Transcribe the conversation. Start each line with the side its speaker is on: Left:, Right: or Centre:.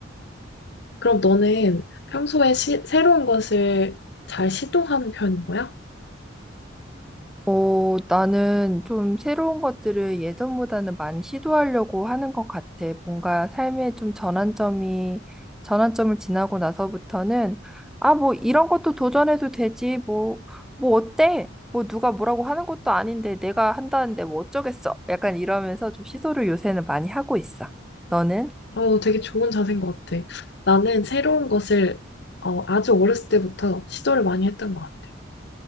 Left: 그럼 너는 평소에 시- 새로운 것을 잘 시도하는 편인 거야?
Centre: 어, 나는 좀 새로운 것들을 예전보다는 많이 시도하려고 하는 것 같아. 뭔가 삶의 좀 전환점이, 전환점을 지나고 나서부터는, 아, 뭐, 이런 것도 도전해도 되지. 뭐, 뭐, 어때? 뭐, 누가 뭐라고 하는 것도 아닌데, 내가 한다는데 뭐 어쩌겠어. 약간 이러면서 좀 시도를 요새는 많이 하고 있어. 너는?
Left: 어, 되게 좋은 자세인 것 같아. 나는 새로운 것을 어, 아주 어렸을 때부터 시도를 많이 했던 것 같아.